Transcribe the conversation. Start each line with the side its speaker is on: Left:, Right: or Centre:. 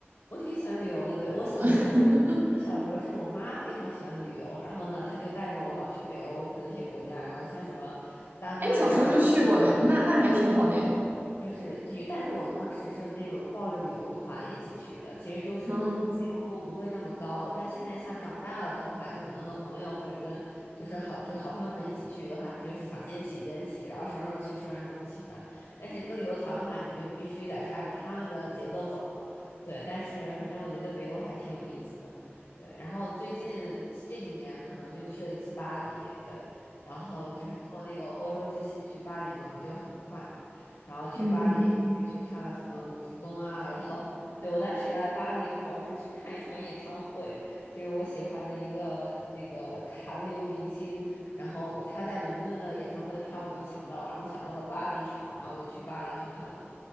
Left: 我挺喜欢旅游的。对，我小时候是这样，
Right: <laughs>
Left: 我小时候是我妈非常喜欢旅游，然后呢，她就带着我老去北欧的一些国家，然后像什么丹麦呀、
Right: 哎，你小时候就去过了呀，
Left: 芬兰。
Right: 那那还挺好的诶。
Left: 就是就有，但是我当时是那种抱着旅游团一起去的，其实就是自由度不会那么高。
Right: 嗯
Left: 但现在像长大了的话，就可能和朋友或者跟就是好就是好朋友们一起去的话，你就是想几点起几点起，然后什么时候去吃饭什么时候去吃饭。但是跟旅游团的话，你就必须得是按照他们的节奏走嘛。对，但是反正我觉得北欧还挺有意思的。对，然后最近这几年可能就去了一次巴黎，对，然后就是坐那个欧洲之星去巴黎嘛，不就很快嘛。然后去巴黎也就是去看了什么卢浮宫啊，
Right: 嗯，
Left: 然后对我当时来巴黎，我主要是去看一场演唱会，就是我喜欢的一个那个韩流明星，然后他在伦敦的演唱会的票没有抢到，然后我抢到了巴黎场，然后我就去巴黎去看了，